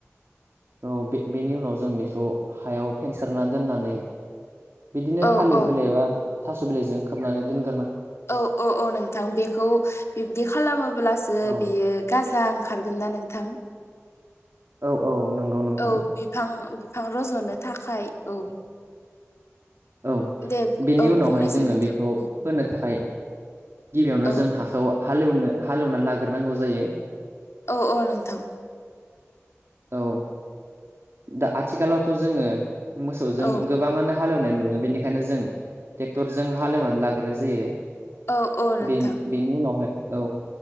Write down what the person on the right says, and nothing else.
औ बे बेनि उनाव जों बेखौ हायाव फेनसारना दोननानै बिदिनो
थालिर
बिलाइबा थास' बिलाइजों खोबनानै दोनगोन
औ
औ औ। नंगौ नोंथां
औ
बेनि
उनावहाय
जोङो
बेखौ
फोनो थाखाय गिबियावनो
जों हाखौ हालेवनो हालेवनानै लाग्रोनांगौ जायो।
औ दा आथिखालावथ' जोङो मोसौजों
गोबाङानो हालेवनाय मोनगोन बेनिखायनो जों ट्रेक्टरजों हालेवनानै लाग्रोनाय जायो।
बे बेनि उनावहाय औ।